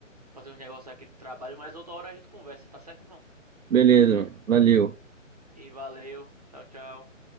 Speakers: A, on the right; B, on the right.
A: fazer uns negócios aqui do trabalho, mas outra hora a gente conversa, tá certo, irmão?
B: Beleza, mano. Valeu.
A: E valeu, tchau, tchau.